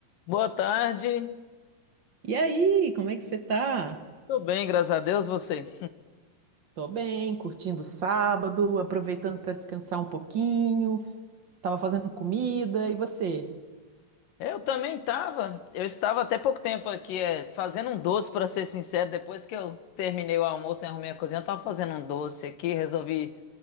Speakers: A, on the left (about 75°); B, on the right (about 45°).
A: Boa tarde.
B: E aí, como é que você tá?
A: Tudo bem, graças a Deus, você.
B: Tô bem, curtindo o sábado, aproveitando para descansar um pouquinho. Tava fazendo comida, e você?
A: Eu também estava. Eu estava até pouco tempo aqui, é, fazendo um doce, para ser sincero. Depois que eu terminei o almoço e arrumei a cozinha, eu tava fazendo um doce aqui, resolvi